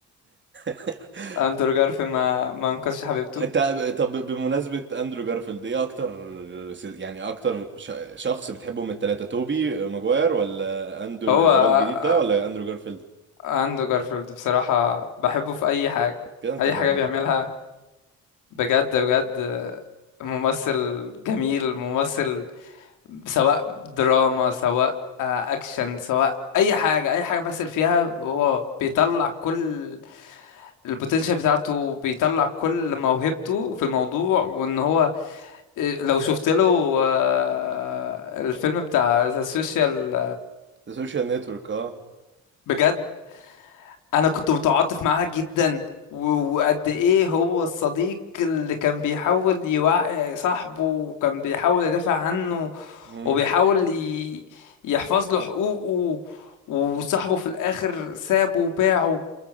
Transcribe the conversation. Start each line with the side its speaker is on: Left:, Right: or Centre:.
Right: <laughs>
Left: اندرو جارفيلد ما ما انقذش حبيبته
Right: انت طب بمناسبة اندرو جارفيلد ايه اكتر سل- يعني اكتر ش... شخص بتحبه من التلاتة توبي آه، ماجواير ولا اندرو
Left: هو
Right: اللي
Left: آه،
Right: هو الجديد ده ولا اندرو جارفيلد
Left: آه، اندرو جارفيلد بصراحة بحبه في اي حاجة
Right: كده انت
Left: اي
Right: فاهمان
Left: حاجة بيعملها بجد بجد ممثل جميل ممثل سواء دراما سواء آه، اكشن سواء اي حاجه اي حاجه مثل فيها هو بيطلع كل البوتنشال بتاعته بيطلع كل موهبته في الموضوع وان هو إيه، لو شفت له آه، الفيلم بتاع ذا سوشيال
Right: ده سوشيال نتورك اه
Left: بجد انا كنت متعاطف معاه جدا و- وقد ايه هو الصديق اللي كان بيحاول يوعي صاحبه وكان بيحاول يدافع عنه
Right: امم
Left: وبيحاول ي- يحفظ له حقوقه وصاحبه في الاخر سابه وباعه